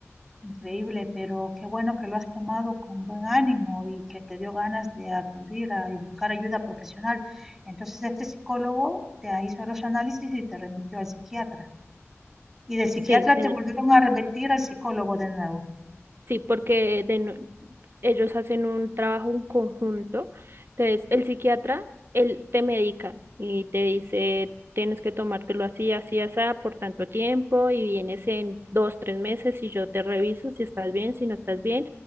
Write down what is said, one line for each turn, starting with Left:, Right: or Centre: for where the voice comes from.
Centre: Increíble, pero qué bueno que lo has tomado con buen ánimo y que te dio ganas de acudir a, y buscar ayuda profesional. Entonces, este psicólogo te ha- hizo los análisis y te remitió al psiquiatra. Y del psiquiatra
Right: Sí,
Centre: te volvieron a remitir al psicólogo de nuevo.
Right: Sí, porque de no- ellos hacen un trabajo en conjunto. Entonces, el psiquiatra, él te medica y te dice, tienes que tomártelo así, así, así, por tanto tiempo y vienes en dos, tres meses y yo te reviso si estás bien, si no estás bien.